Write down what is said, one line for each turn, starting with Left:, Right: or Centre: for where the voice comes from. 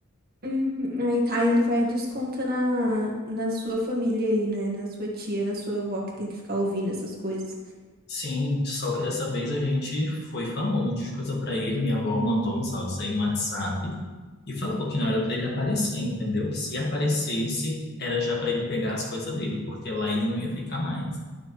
Right: Uhum. Aí, tá, aí ele vai descontar na, na sua família aí, né? Na sua tia, na sua avó, que tem que ficar ouvindo essas coisas.
Left: Sim, só que dessa vez a gente foi e falou um monte de coisa pra ele. Minha avó mandou uns áudios aí no WhatsApp e falou que não era pra ele aparecer, entendeu? Que se aparecesse, era já pra ele pegar as coisas dele, porque lá ele não ia ficar mais.